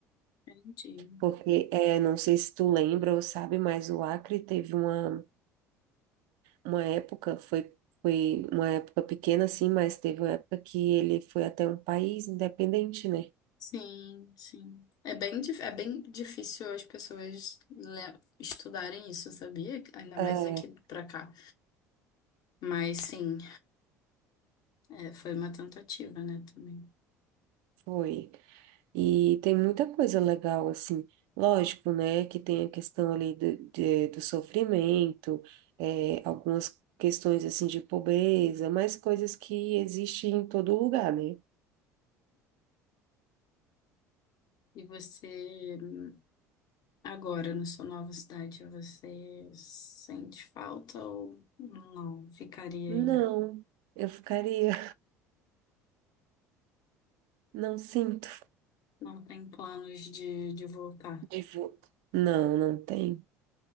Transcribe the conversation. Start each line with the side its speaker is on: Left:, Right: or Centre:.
Left: Entendi.
Right: Porque, é, não sei se tu lembra ou sabe, mas o Acre teve uma, uma época, foi, foi uma época pequena, assim, mas teve uma época que ele foi até um país independente, né?
Left: Sim, sim. É bem, dif- é bem difícil as pessoas le- estudarem isso, sabia? Ainda mais
Right: É,
Left: aqui pra cá. Mas sim, é, foi uma tentativa, né, também.
Right: foi. E tem muita coisa legal, assim. Lógico, né, que tem a questão ali do, de- do sofrimento, é, algumas questões, assim, de pobreza, mas coisas que existem em todo lugar, né?
Left: E você, hum, agora, na sua nova cidade, você sente falta ou não? Ficaria
Right: Não,
Left: aí?
Right: eu ficaria, <laughs> não sinto
Left: Não tem planos de, de voltar?
Right: de vo- Não, não tem.